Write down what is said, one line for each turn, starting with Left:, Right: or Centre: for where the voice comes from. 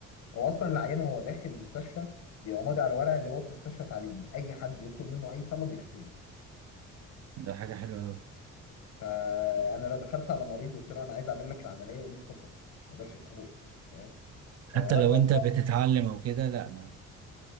Left: هو اصلا العيان وهو داخل المستشفى بيبقى ماضي على ورقه اللي هو في مستشفى تعليمي اي حد يطلب منه اي طلب ينفذه
Right: ده حاجة حلوة أوي
Left: فانا لو دخلت على مريض وقلت له انا عايز اعمل لك العمليه يقول لي اتفضل ما يقدرش يفتح بقه فاهم
Right: حتى
Left: هو
Right: لو
Left: الموضوع
Right: أنت بتتعلم أو كده لأ ما